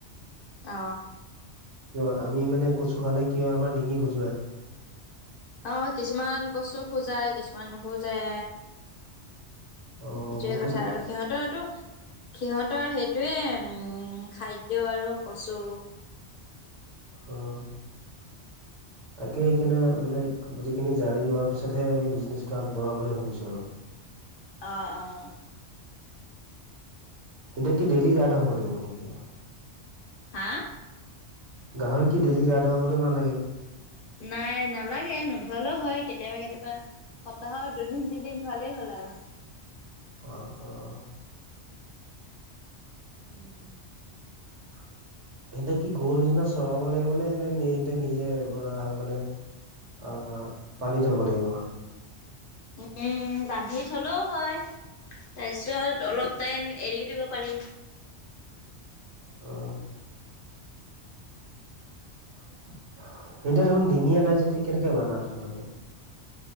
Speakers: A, on the left; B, on the right.
A: অ
B: কিয় আমি মানে কচু খালে কি হয় আমাৰ ডিঙি খজোৱায়।
A: অ কিছুমান কছো খোজাই কিছুমান নোখোজাই।
B: অ
A: সেইটোৱে
B: মোকতো
A: কথা আৰু, সিহঁতৰটো সিহঁতৰ সেই সেইটোৱে উম খাদ্য আৰু কচু
B: হ <unintelligible> তাকে সেইকাৰণে মানে গোটেইখিনি জানি লোৱা পিছতহে আমি বিজনেছটো আগবঢ়াম বুলি ভাবিছো আৰু <unintelligible>
A: অঁ অঁ
B: সেইটো কি ডেইলি গা ধুৱাব লাগিব নেকি?
A: হা
B: গাহৰিক ডেইলি গা ধুৱাবতো নালাগে?
A: নাই নালাগে নোধোৱালেও হয় কেতিয়াবা কেতিয়াবা, সপ্তাহত দুদিন তিনিদিন ভালেই হ'ল আৰু
B: অ অ
A: উম
B: <inaudible> হেতে কি গৰু নিচিনা চৰাব লাগিব নে এনে এতে নিজে ধৰা মানে অ বান্ধি থব লাগিব।
A: উম বান্ধি থলেও হয়। তাৰপিছত অলপ টাইম এৰিও দিব পাৰি।
B: অ। <unintelligible> দেখোন ডিঙিয়ে নাই যদি কেনেকে বানা তোমালোকে?